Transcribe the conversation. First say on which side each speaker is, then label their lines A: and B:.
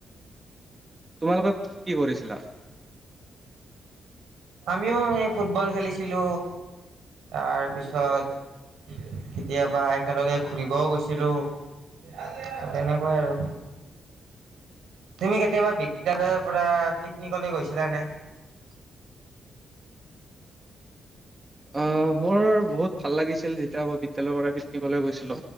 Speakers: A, on the right (about 25°); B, on the right (about 85°).
A: তোমালোকে কি কৰিছিলা
B: আমিও সেই ফুটবল খেলিছিলো তাৰপিছত কেতিয়াবা একেলগে ঘূৰিবও গৈছিলোঁ তেনেকুৱাই আৰু তুমি কেতিয়াবা বিদ্যালয়ৰ পৰা পিকনিকলৈ গৈছিলানে
A: <unintelligible> অ মোৰ বহুত ভাল লাগিছিল যেতিয়া মৌ বিদ্যালয়ৰ পৰা পিতৃ কলে গৈছিলো